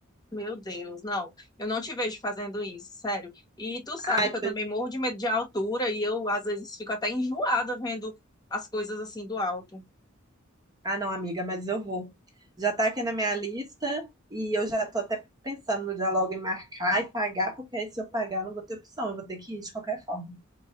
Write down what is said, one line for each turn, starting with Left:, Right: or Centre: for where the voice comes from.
Left: Meu Deus, não. Eu não te vejo fazendo isso, sério. E tu sabe
Right: Ai,
Left: que eu também morro de medo de altura e eu às vezes fico até enjoada vendo as coisas assim do alto.
Right: Ah, não, amiga, mas eu vou. Já tá aqui na minha lista e eu já tô até pensando no diálogo em marcar e pagar, porque aí se eu pagar eu não vou ter opção, eu vou ter que ir de qualquer forma.